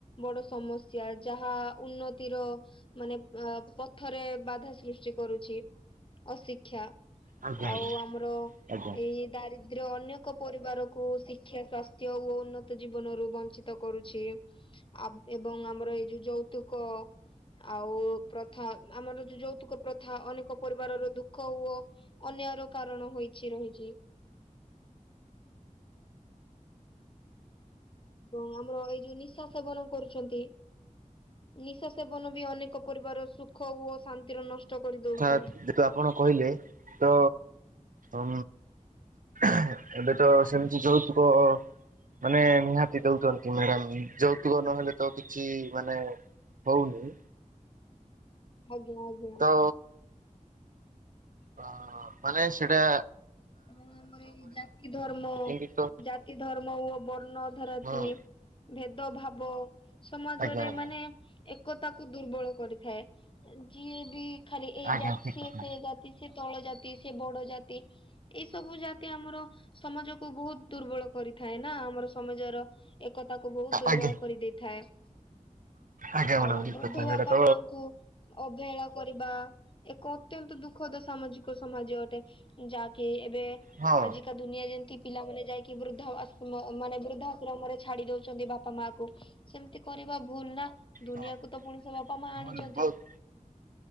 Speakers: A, on the left (about 40°); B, on the right (about 75°).
A: ବଡ ସମସ୍ୟା ଯାହା ଉନ୍ନତିର ମାନେ ଅ ପଥରେ ବାଧା ସୃଷ୍ଟି କରୁଛି। ଅଶିକ୍ଷା
B: ଆଜ୍ଞା ଆଜ୍ଞା
A: ଆଉ ଆମର
B: ଆଜ୍ଞା।
A: ଏଇ ଦାରିଦ୍ର। ଦ୍ର ଅନେକ ପରିବାରକୁ ଶିକ୍ଷା ସ୍ୱାସ୍ଥ୍ୟ ଓ ଉନ୍ନତ ଜୀବନରୁ ବଞ୍ଚିତ କରୁଛି। ଆ ଏବଂ ଆମର ଏଇ ଯୋଉ ଯୌତୁକ ଆଉ ପ୍ରଥା ଆମର ଯୋଉ ଯୌତୁକ ପ୍ରଥା ଅନେକ ପରିବାରର ଦୁଃଖ ଓ ଅନ୍ୟର କାରଣ ହୋଇଛି ରହିଛି। ଏବଂ ଆମର ଏଇ ଯୋଉ ନିଶା ସେବନ କରୁଛନ୍ତି। ନିଶା ସେବନ ବି ଅନେକ ପରିବାର ସୁଖ ଓ ଶାନ୍ତିର ନଷ୍ଟ କରିଦଉଛି
B: ହଥା ଯେ ଆପଣ କହିଲେ ତ ଉ ଏବେଟ ସେମିତି ଯୌତୁକ ମାନେ ନିହାତି ଦଉଛନ୍ତି ମ୍ୟାଡାମ ଯୌତୁକ ନହେଲେ ତ କିଛି ମାନେ ହଉନି।
A: ଆଜ୍ଞା ଆଜ୍ଞା।
B: ହଁ। ଅ- ଅ-ଅ-ଅ -ମାନେ ସେଟା।
A: ହଁ ଆମର ଏଇ ଜାତି ଧର୍ମ,
B: କିନ୍ତୁ ତ
A: ଜାତି ଧର୍ମ ଓ ବର୍ଣ୍ଣ ଧାରତି।
B: ହଁ।
A: ଭେଦଭାବ ସମାଜରେ
B: ଆଜ୍ଞା ଆଜ୍ଞା
A: ମାନେ ଏକତାକୁ ଦୁର୍ବଳ କରିଥାଏ। ଯିଏ ବି ଖାଲି ଏ
B: ଆଜ୍ଞା
A: ଜାତି
B: ଠିକ୍ କଥା।
A: ସେ ଯା କି ସେ ତଳ ଜାତି ସେ ବଡ ଜାତି। ଏଇ ସବୁ ଜାତି ଆମର ସମାଜକୁୁ ବୋହୁତ୍ ଦୁର୍ବଳ କରିଥାଏ ନା ଆମର ସମାଜର ଏକତାକୁୁ ବୋହୁତ୍ ଦୁର୍ବଳ
B: ଆଜ୍ଞା
A: କରିଦେଇଥାଏ।
B: ଆଜ୍ଞା ମ୍ୟାଡ଼ାମ
A: ଆଉ
B: ଠିକ
A: ବୃଦ୍ଧ
B: କଥା
A: ବାପା,
B: ସେଇଟା ତ
A: ମାଙ୍କୁ ଅବହେଳା କରିବା ଏକ ଅତ୍ୟନ୍ତ ଦୁଃଖଦ ସାମାଜିକ ସମାଜ ଅଟେ ଯା କି ଏବେ
B: ହଁ
A: ଆଜିକା ଦୁନିଆ ଯେମିତି ପିଲାମାନେ ଯାଇକି ବୃଦ୍ଧା ଆଶ୍ରମ ମାନେ ବୃଦ୍ଧା ଆଶ୍ରମ ରେ ଛାଡି ଦୋଉଛନ୍ତି ବାପା ମା କୁ। ସେମିତି କରିବା ଭୁଲ ନା ଦୁନିଆକୁ
B: ହଁ।
A: ତ ପୁଣି ସେ ବାପା ମା
B: ଭୁଲ
A: ଆଣିଛନ୍ତି।
B: ବହୁତ